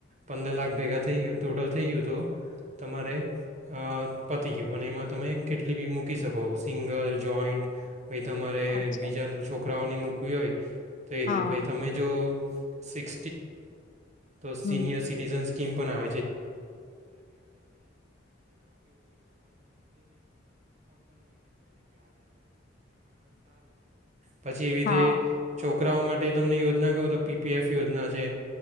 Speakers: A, on the right; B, on the left.
A: પંદર લાખ ભેગા થઈ ગયું ટોટલ થઈ ગયું તો તમારે અઅ પતી ગયું પણ એમાં તમે કેટલી ભી મૂકી શકો સિંગલ, જોઈન્ટ પાછી તમારે
B: અચ્છા
A: બીજા છોકરાઓની મૂક કોઈ હોય તો એ
B: હા
A: રહે પાઈ તમે જો સિક તો સીનયર
B: હમ
A: સિટીઝનસ કીમ પણ આ પછી એવી
B: હા
A: તે છોકરાઓ માટે તમને યોજના કહું તો પીપીએફ યોજના છે.